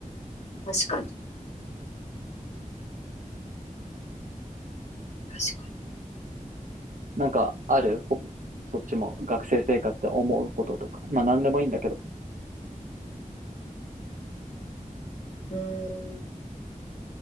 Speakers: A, on the left; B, on the right.
A: 確かに。確か
B: なんかあるほそっちも学生生活で思うこととか。まあ何でもいいんだけど。
A: に。うん。